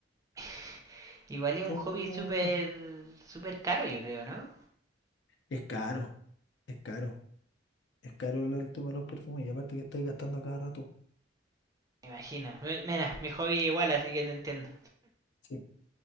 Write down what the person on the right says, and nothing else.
<laughs> Igual es
un hobby
súper...
Súper caro, yo creo, ¿no?
Me imagino. Mira, mi hobby es igual, así que te entiendo.